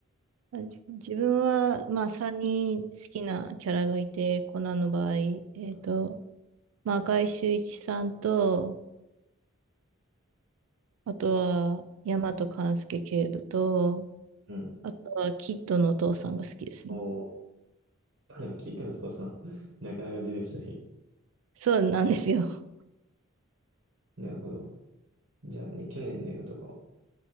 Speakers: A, on the right (about 80°); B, on the right (about 65°).
A: あじ自分は、まあ、さんに人好きなキャラがいて、コナンの場合、えっと、
B: はい
A: まあ、赤井秀一さんと、あとは、大和勘介警部と、
B: うん。
A: あとは、キッドのお父さんが好きですね。
B: おお、でも聞いても父さん、<laughs> なかなか出てこない。
A: そうなんですよ。
B: なるほど。じゃあね、去年の映画とか、